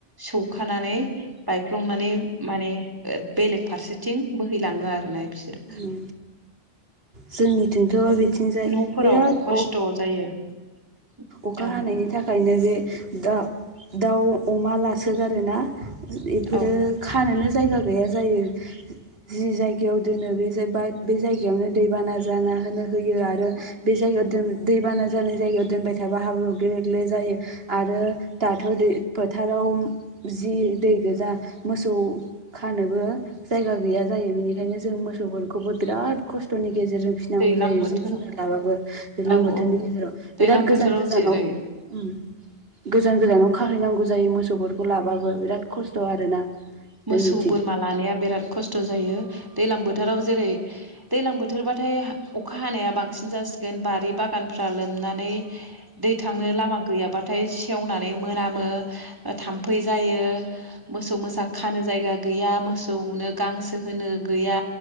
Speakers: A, on the right; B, on the right.
A: सौ खानानै बायफ्लंनानै माने बेलेग फारसेथिं बोहैलाङो आरोना। बिसोर
B: उम जोंनिथिंथ' बिथिंजाय
A: न'फोराव
B: बिराद
A: खस्थ'
B: अ
A: <inaudible>
B: अखा
A: औ
B: हानायनि थाखायनो जे दा दाउ अमा लासोगारोना? इफोरो
A: औ
B: खानोनो जायगा गैया जायो जि जायगायाव दोनो बे बा बे जायगायावनो दैबाना जाना होनो होयो आरो
A: औ
B: बे जायगायाव दैबाना जानाय जायगायाव दोनबाय थाबा हाबु ग्ले ग्ले जायो। आरो दाथ' दै फोथाराव जि दै गोजा मोसौ खानोबो जायगा गैया जायो बेनिखायनो जों मोसौफोरखौबो बिराद खस्थ'नि गेजेरजों फिनांगौ
A: दैज्लां
B: जायो
A: बोथोराव
B: जिब जुनार लाबाबो दैलां
A: औ
B: बोथोरनि
A: औ
B: गेजेराव।
A: दैज्लां
B: बिराद
A: बोथोराव
B: गोजान गोजानाव
A: जेरै
B: उम गोजान गोजानाव खाहैना नांगौ जायो मोसौफोरखौ लाबाबो बिराद खस्थ' आरोना।
A: मोसौ
B: जोंनिथिं
A: बोरमा लानाया बिराद खस्थ' जायो। दैलां बोथोराव जेरै दैलां बोथोरबाथाय अखा हानाया बांसिन जासिगोन बारि बागानफ्रा लोमनानै दै थांनो लामा गैयाबा हाथाय सेवनानै मोनामो ओ थाम्फै जायो। मोसौ मोसा जायगा गैया मोसौनो गांसो होनो गैया